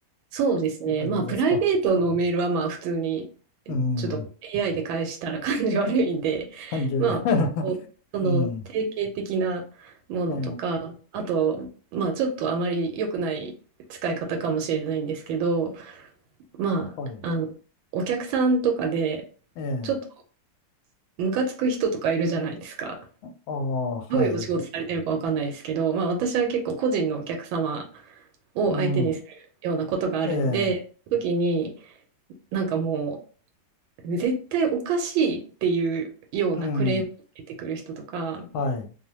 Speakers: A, on the right (about 85°); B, on the left (about 85°).
A: そうですね。
B: ていう感じですか
A: まあ、プライベートのメールはまあ、普通に、
B: うん。
A: ちょっと AI で返したら感じ悪いんで、
B: 30。
A: まあ、
B: <laughs>
A: こうその定型的なものとか、
B: うん。ええ、
A: あと、まあ、ちょっとあまり良くない使い方かもしれないんですけど、まあ、
B: はい。
A: あの、お客さんとかで、
B: ええ、
A: ちょっとムカつく人とかいるじゃないですか。
B: ああ、はい。
A: どういうお仕事されてるかわかんないですけど、まあ、私は結構個人のお客様を相手にするようなことがあるので、
B: うん。ええ、
A: 時に、なんかもう、絶対おかしいっていうようなクレームを出てくる人とか、
B: うん。はい。